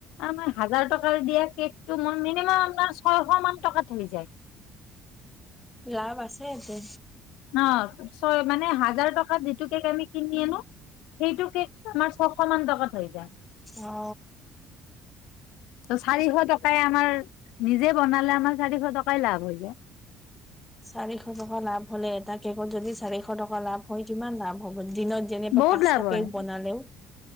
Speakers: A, on the left (about 85°); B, in the centre.
A: মই হাজাৰ টকাৰ দিয়ে কেকটো ম মিনিমাম ছশ মান টকাত হৈ যায়
B: লাভ আছে ইতে
A: ন ছয় মানে হাজাৰ টকা যিটো কেক আমি কিনি আনো সেইটোকে আমাৰ ছশ মান টকাত হৈ যায়
B: অ
A: ত চাৰিশ টকাই আমাৰ নিজে বনালে আমাৰ চাৰিশ টকাই লাভ হৈ যায়
B: চাৰিশ টকা লাভ হলে এটা কেকত যদি চাৰিশ টকা লাভ হয় কিমান লাভ হ'ব দিনত যেনিবা
A: বহুত
B: পাঁচতা
A: লাভ হয়
B: কৈ বনালেও